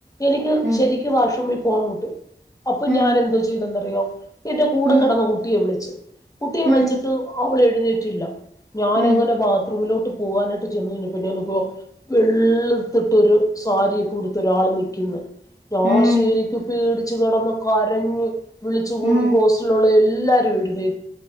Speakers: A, on the left; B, on the right.
A: എനിക്ക്
B: ഉം
A: ശെരിക്കും വാഷ്റൂമി പോവാൻ മുട്ട് അപ്പം
B: ഉം
A: ഞാൻ എന്തോ ചെയ്തേതന്നോ <unintelligible> എൻ്റെ കൂടെ
B: ഉം ഉം
A: കെടന്നാ കുട്ടിയെ വിളിച്ച് കുട്ടിയെ വിളിച്ചിട്ട്
B: ഉം
A: അവളെഴെ ന്നിട്ടില്ലാ ഞാൻ
B: ഉം
A: അങ്ങനെ ബാത്റൂമിലോ ട്ട് പോവാനായിട്ട് ചെന്ന് കഴിഞ്ഞാപ്പേ <unintelligible> വെള്ള്ത്തിട്ടൊര് സാരിക്കെ ഉട്ത്ത് ഒരാള് നിക്ക്ന്ന് ഞാൻ
B: ഉം
A: ശെരിക്കും പേടി ച്ച് കെടന്ന് കരഞ്ഞ് വിളിച്ച് കൂവി
B: ഉം
A: ഹോസ്റ്റലിലെള്ളാ എല്ലാരും എഴുന്നോ